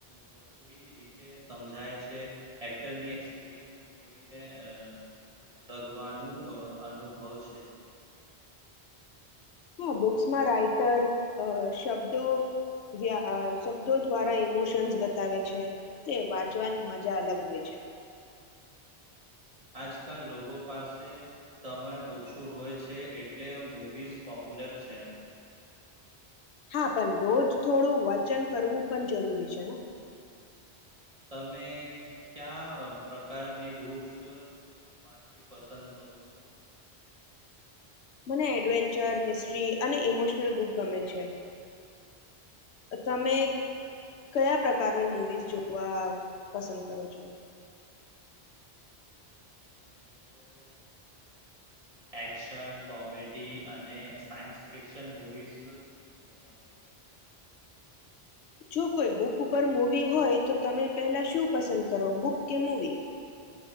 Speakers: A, on the right (about 35°); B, on the left (about 85°).
A: ઝપડી રીતે સમજાય છે એક્ટરની એક્સપિરિયન્સ જોઈને અ લગવાનું અ અનુભવ છે.
B: હા બુક્સમાં રાઈટર અ શબ્દો જયા આ શબ્દો દ્વારા ઈમોશન્સ બતાવે છે તે વાંચવાની મજા અલગ હોય છે.
A: આજકાલ લોકો પાસે સમય ઓછું હોય છે એટલે મૂવીઝ પોપ્યુલર છે.
B: હા પન રોજ થોડું વચન કરવું પન જરૂરી છે ને
A: તમે કયા પ્રકારની બુક્સ વાંચવી પસંદ કરો છો.
B: મને એડવેન્ચર મિસ્ટ્રી અને ઇમોશનલ બુક ગમે છે. તમે કયા પ્રકારની મૂવીઝ જોવા પસંદ કરો છો.
A: મને તો એક્શન કોમેડી અને સાયન્સ ફિકશન મુવીઝ ગમે છે.
B: જો કોઈ બુક ઉપર મૂવી હોય તો તમે પહેલા શું પસંદ કરો બુક કે મૂવી.